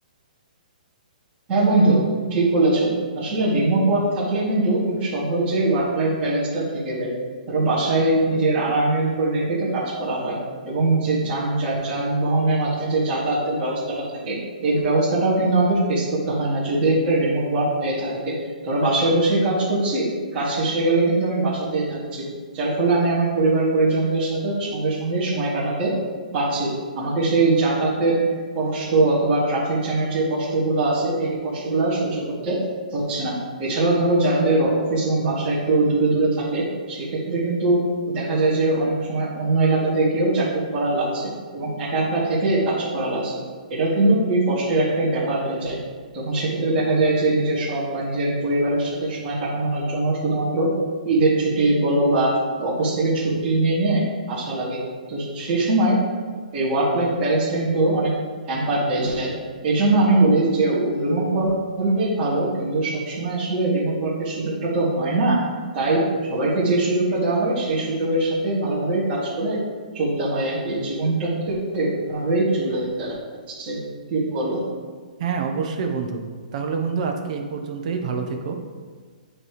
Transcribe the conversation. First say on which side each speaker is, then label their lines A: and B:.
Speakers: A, on the right (about 25°); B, on the right (about 50°).
A: হ্যাঁ বন্ধু ঠিক বলেছো আসলে রিমোট ওয়ার্ক থাকলে কিন্তু খুব সহজে ওয়ার্ক লাইফ ব্যালেন্সটা থেকে যায় ধরো বাসায় নিজের আরামের উপর রেখে তো কাজ করা হয় এবং যে যান যা- যানবাহনের মাধ্যমে যে যাতায়াতের ব্যবস্থাটা থাকে এই ব্যবস্থাটাও কিন্তু আমাদের ফেস করতে হয় না যদি একটা রিমোট ওয়ার্ক হয়ে থাকে ধরো বাসায় বসে কাজ করছি কাজ শেষ হয়ে গেলে কিন্তু আমি বাসাতেই থাকছি যার ফলে আমি আমার পরিবার পরিজনদের সাথে সঙ্গে সঙ্গে সময় কাটাতে পারছি আমাকে সেই যাতায়াতের কষ্ট অথবা ট্রাফিক জ্যামের যে কষ্টগুলো আছে এই কষ্টগুলো আর সহ্য করতে হচ্ছে না এছাড়াও ধরো যাদের অফিস এবং বাসা একটু দূরে দূরে থাকে সেক্ষেত্রে কিন্তু দেখা যায় যে অনেক সময় অন্য এলাকাতে গিয়েও চাকরি করা লাগছে এবং একা একা থেকে কাজ করা লাগছে এটাও কিন্তু খুবই কষ্টের একটা ব্যাপার হয়ে যায় তখন সেক্ষেত্রে দেখা যায় যে নিজের শখ বা নিজের পরিবারের সাথে সময় কাটানোর জন্য শুধুমাত্র ঈদের ছুটি বলো বা অফিস থেকে ছুটি নিয়ে নিয়ে আসা লাগে তো সেই সময় এই ওয়ার্ক লাইফ ব্যালেন্স কিন্তু অনেক হ্যাম্পার হয়ে যায় এই জন্য আমি বলি যে রিমোট ওয়ার্ক হলেই ভালো কিন্তু সবসময় আসলে রিমোট ওয়ার্কের সুযোগটা তো হয় না তাই সবাইকে যে সুযোগটা দেওয়া হয় সেই সুযোগের সাথে ভালোভাবে কাজ করে চলতে হয় আর কি জীবনটাতে এভাবেই চলে যাচ্ছে কি বলো
B: হ্যাঁ অবশ্যই বন্ধু তাহলে বন্ধু আজকে এই পর্যন্তই ভালো থেকো